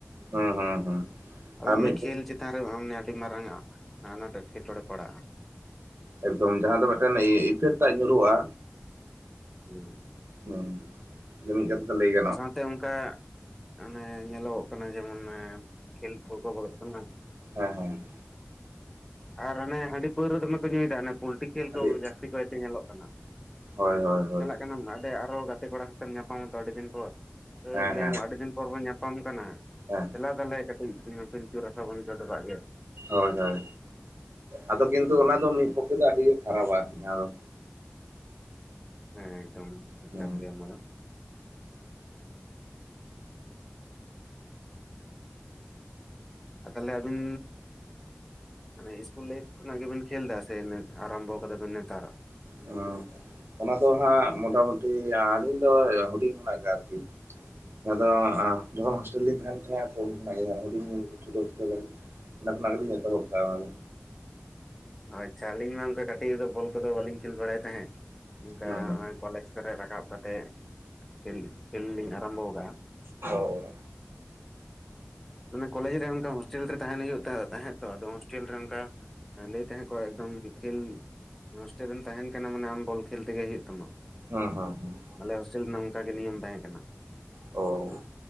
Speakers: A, on the right; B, in the centre.
A: ᱦᱩᱸ ᱦᱩᱸ ᱦᱩᱸ
B: ᱟᱫᱚ
A: ᱟᱨ
B: ᱚᱱᱟ
A: ᱢᱤᱫ
B: ᱠᱷᱮᱹᱞ ᱪᱮᱛᱟᱱ ᱨᱮ ᱟᱢ ᱦᱮᱸ ᱟᱹᱰᱤ ᱢᱟᱨᱟᱝᱟᱜ ᱟᱱᱟᱴ ᱮᱴᱠᱮᱴᱚᱬᱮ ᱯᱟᱲᱟᱜ-ᱟ᱾
A: ᱮᱠᱫᱚᱢ ᱡᱟᱦᱟᱸ ᱫᱚ ᱢᱮᱫᱴᱮᱱ ᱤᱯᱷᱮᱠᱴᱟᱜ ᱧᱩᱨᱩᱜ-ᱟ᱾
B: ᱦᱩᱸ᱾
A: ᱦᱩᱸ᱾ <unintelligible>
B: ᱟᱨ ᱥᱟᱶᱛᱮ ᱚᱱᱠᱟ ᱚᱱᱮ ᱧᱮᱞᱚᱜᱚᱜ ᱠᱟᱱᱟ ᱡᱮᱢᱚᱱ ᱠᱷᱮᱹᱞ ᱠᱚᱠᱚ ᱵᱟᱜᱟᱜ ᱠᱟᱱᱟ᱾
A: ᱦᱮᱸ ᱦᱮᱸ᱾
B: ᱟᱨ ᱦᱟᱱᱮ ᱦᱟᱺᱰᱤ ᱯᱟᱹᱣᱨᱟᱹ ᱫᱚᱢᱮ ᱠᱚ ᱧᱩᱭᱫᱟ, ᱦᱟᱱᱮ ᱯᱳᱞᱴᱤ ᱠᱷᱮᱹᱞ
A: ᱟᱹᱰᱤ
B: ᱠᱚ ᱡᱟᱹᱥᱛᱤ ᱠᱟᱭᱛᱮ ᱧᱮᱞᱚᱜ ᱠᱟᱱᱟ᱾
A: ᱦᱳᱭ ᱦᱳᱭ ᱦᱳᱭ
B: ᱪᱟᱞᱟᱜ ᱠᱟᱱᱟᱢ ᱦᱟᱸᱰᱮ ᱟᱨᱦᱚᱸ ᱜᱟᱛᱮ ᱠᱚᱲᱟ ᱥᱟᱛᱮᱢ ᱧᱟᱯᱟᱢᱟᱛᱚ ᱟᱹᱰᱤ ᱫᱤᱱ ᱯᱚᱨ᱾ ᱦᱟᱹᱴ
A: ᱦᱮᱸ
B: ᱞᱟᱹᱭᱟᱢ
A: ᱦᱮᱸ
B: ᱟᱹᱰᱤ ᱫᱤᱱ ᱯᱚᱨ ᱵᱚᱱ ᱧᱟᱯᱟᱢ ᱠᱟᱱᱟ᱾
A: ᱦᱮᱸ᱾
B: ᱫᱮᱞᱟ ᱛᱟᱞᱦᱮ ᱠᱟᱹᱴᱤᱡ ᱯᱤᱞᱪᱩ ᱨᱟᱥᱟ ᱵᱚᱱ ᱪᱚᱰᱚᱨᱟᱜ ᱜᱮ᱾
A: ᱦᱳᱭ ᱦᱳᱭ᱾ ᱟᱫᱚ ᱠᱤᱱᱛᱩ ᱚᱱᱟ ᱫᱚ ᱢᱤᱫ ᱯᱚᱠᱠᱷᱮ ᱫᱚ ᱟᱹᱰᱤ ᱜᱮ ᱠᱷᱟᱨᱟᱯᱟ ᱟᱨᱠᱤ ᱡᱟᱦᱟᱸ ᱫᱚ᱾
B: ᱦᱮᱸ, ᱮᱠᱫᱚᱢ
A: ᱦᱩᱸ
B: ᱮᱠᱟᱞ ᱜᱮ ᱚᱱᱟ ᱫᱚ᱾ ᱟᱨ ᱛᱟᱦᱞᱮ ᱟᱵᱤᱱ ᱚᱱᱮ ᱤᱥᱠᱩᱞ ᱞᱟᱭᱤᱯᱷ ᱠᱷᱚᱱᱟᱜ ᱜᱮᱵᱤᱱ ᱠᱷᱮᱹᱞᱫᱟ ᱥᱮ ᱢᱮᱱ ᱟᱨᱟᱢᱵᱚᱣ ᱠᱟᱫᱟ ᱵᱮᱱ ᱱᱮᱛᱟᱨ?
A: ᱚ᱾ ᱚᱱᱟ ᱫᱚ ᱦᱟᱸᱜ ᱢᱚᱴᱟᱢᱩᱴᱤ ᱟᱹᱞᱤᱧ ᱫᱚ ᱦᱩᱰᱤᱧ ᱠᱷᱚᱱᱟᱜ ᱜᱮ ᱟᱨᱠᱤ᱾ ᱟᱫᱚ ᱡᱚᱠᱷᱚᱱ ᱦᱳᱴᱮᱹᱞ ᱨᱮᱞᱤᱧ ᱛᱟᱸᱦᱮᱱ ᱛᱟᱦᱮᱸᱜ-ᱟ ᱛᱚ ᱩᱱ ᱠᱷᱚᱱᱟᱜ ᱜᱮ ᱦᱩᱰᱤᱧ <unintelligible> ᱚᱸᱰᱮ ᱠᱷᱚᱱᱟᱜ ᱜᱮᱞᱤᱧ ᱮᱛᱚᱦᱚᱵ ᱟᱠᱟᱜ-ᱟ ᱱᱚᱣᱟ ᱫᱚ᱾
B: ᱟᱪᱪᱷᱟ ᱟᱹᱞᱤᱧ ᱢᱟ ᱚᱝᱠᱟ ᱠᱟᱹᱴᱤᱡ ᱨᱮᱫᱚ ᱵᱚᱞ ᱠᱚᱫᱚ ᱵᱟᱹᱞᱤᱧ ᱠᱷᱮᱹᱞ ᱵᱟᱲᱟᱭ ᱛᱟᱦᱮᱸᱫ, ᱚᱝᱠᱟ
A: ᱫᱚ ᱦᱩᱸ
B: ᱦᱚᱸᱜ-ᱚᱭ ᱠᱚᱞᱮᱡᱽ ᱨᱮ ᱨᱟᱠᱟᱵ ᱠᱟᱛᱮᱫ ᱠᱷᱮᱹᱞ, ᱠᱷᱮᱹᱞ ᱞᱤᱧ ᱟᱨᱟᱢᱵᱚᱣ ᱠᱟᱜ-ᱟ᱾
A: ᱦᱳᱭ᱾
B: ᱢᱟᱱᱮ ᱠᱚᱞᱮᱡᱽ ᱨᱮ ᱚᱝᱠᱟ ᱦᱚᱸ᱾ ᱪᱚᱴ ᱨᱮ ᱛᱟᱸᱦᱮᱱ ᱦᱩᱭᱩᱜ ᱛᱟᱦᱮᱸᱫ ᱛᱚ ᱟᱫᱚ ᱦᱳᱥᱴᱮᱹᱞ ᱨᱮ ᱚᱱᱠᱟ ᱞᱟᱹᱭ ᱛᱟᱦᱮᱸᱜ ᱠᱚ ᱮᱠᱫᱚᱢ ᱠᱷᱮᱹᱞ ᱦᱳᱥᱴᱮᱹᱞ ᱨᱮᱢ ᱛᱟᱸᱦᱮᱱ ᱠᱟᱱᱟ ᱢᱟᱱᱮ ᱟᱢ ᱵᱚᱞ ᱠᱷᱮᱹᱞ ᱛᱮᱜᱮ ᱦᱩᱭᱩᱜ ᱛᱟᱢᱟ᱾
A: ᱦᱚᱸ ᱦᱚᱸ ᱦᱚᱸ
B: ᱟᱞᱮ ᱦᱳᱥᱴᱮᱹᱞ ᱨᱮᱱᱟᱜ ᱚᱱᱠᱟ ᱜᱮ ᱱᱤᱭᱚᱢ ᱛᱟᱦᱮᱸ ᱠᱟᱱᱟ᱾
A: ᱚ᱾